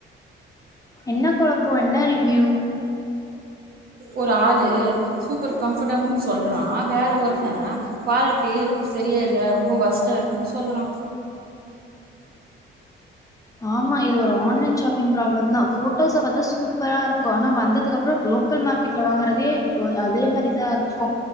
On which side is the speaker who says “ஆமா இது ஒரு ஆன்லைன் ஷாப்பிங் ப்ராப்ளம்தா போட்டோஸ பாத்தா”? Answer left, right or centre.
Left